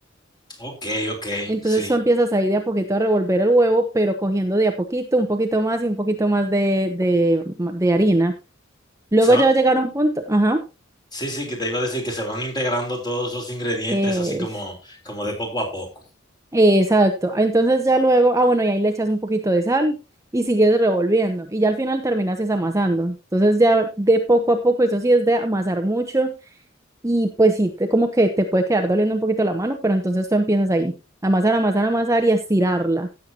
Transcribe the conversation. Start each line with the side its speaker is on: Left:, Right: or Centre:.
Left: Ok, ok,
Right: Entonces
Left: sí.
Right: tú empiezas ahí de a poquito a revolver el huevo, pero cogiendo de a poquito, un poquito más y un poquito más de, de, de harina. Luego
Left: Se va-
Right: ya va a llegar un punto, ajá,
Left: Sí, sí, que te iba a decir que se van integrando todos los ingredientes
Right: es,
Left: así como, como de poco a poco.
Right: exacto. Entonces ya luego, ah, bueno, y ahí le echas un poquito de sal y sigues revolviendo. Y ya al final terminas es amasando. Entonces ya de poco a poco, eso sí es de amasar mucho Y pues sí, te- como que te puede quedar doliendo un poquito la mano, pero entonces tú empiezas ahí, a amasar, amasar, amasar y a estirarla.